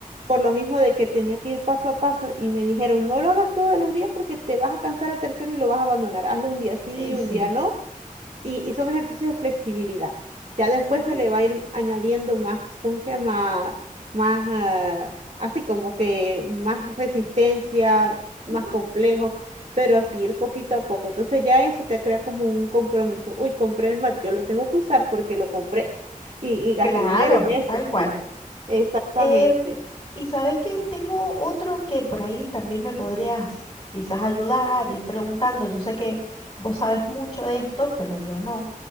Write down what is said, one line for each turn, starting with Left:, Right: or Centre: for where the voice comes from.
Right: por lo mismo de que tenía que ir paso a paso y me dijeron, no lo hagas todos los días porque te vas a cansar al tercero y lo vas a abandonar. Hazlo un día sí,
Left: y sí,
Right: un día no y, y son ejercicios de flexibilidad. Ya después
Left: Ujú,
Right: se le va a ir añadiendo más, ¿cómo se llama? Más, ah, así como que más resistencia, más
Left: ujú.
Right: complejo, pero así ir poquito a poco. Entonces ya eso te crea como un compromiso. Uy, compré el mat, yo lo tengo que usar porque lo compré <laughs> y, y gasté
Left: Claro,
Right: dinero en eso.
Left: tal cual.
Right: Exactamente.
Left: Em, y sabes que tengo otro que por ahí también me podrías quizás ayudar, ir preguntando, yo sé que vos sabes mucho de esto, pero yo no.